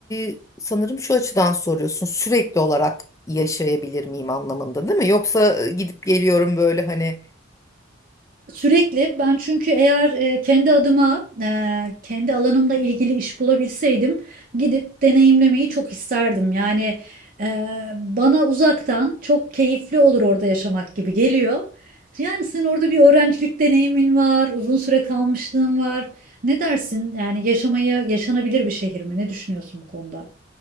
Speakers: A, on the left (about 15°); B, on the right (about 45°).
A: e, sanırım şu açıdan soruyorsun sürekli olarak yaşayabilir miyim anlamında değil mi? Yoksa e, gidip geliyorum böyle hani
B: Sürekli ben çünkü eğer e, kendi adıma e, kendi alanımla ilgili iş bulabilseydim gidip deneyimlemeyi çok isterdim. Yani e, bana uzaktan çok keyifli olur orada yaşamak gibi geliyor. Yani senin orada bir öğrencilik deneyimin var, uzun süre kalmışlığın var. Ne dersin? Yani yaşamayı yaşanabilir bir şehir mi? Ne düşünüyorsun bu konuda?